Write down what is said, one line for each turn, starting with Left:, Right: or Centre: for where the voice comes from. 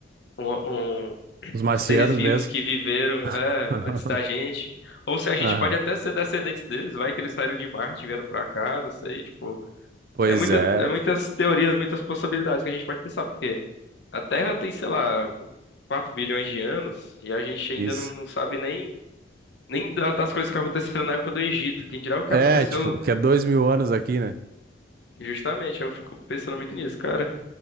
Left: um, um
Right: Os marcianos
Left: seres vivos
Right: mesmo.
Left: que viveram,
Right: <laughs>
Left: é, antes da gente, ou se a gente
Right: Aham.
Left: pode até ser descendentes deles, vai que eles saíram de Marte, e vieram pra cá, não sei, tipo,
Right: Pois
Left: é muita,
Right: é,
Left: é muitas teorias, muitas possibilidades que a gente pode pensar, porque a Terra tem, sei lá, 4 bilhões de anos e a gente ainda
Right: isso.
Left: não, não sabe nem Nem da- das coisas que aconteceram na época do Egito. Quem dirá o que
Right: É,
Left: aconteceu
Right: tipo, que é dois mil anos aqui, né?
Left: justamente? Eu fico pensando muito nisso, cara.